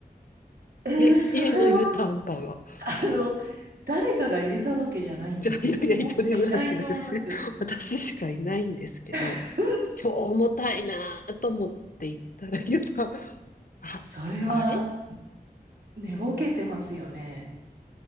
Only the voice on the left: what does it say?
家、
家の湯たんぽが。
じゃあ、いやいや、一人暮らしだし、
私しかいないんですけど、
今日重たいなぁと思って行ったら、ゆた、<laughs> あ、
あれっ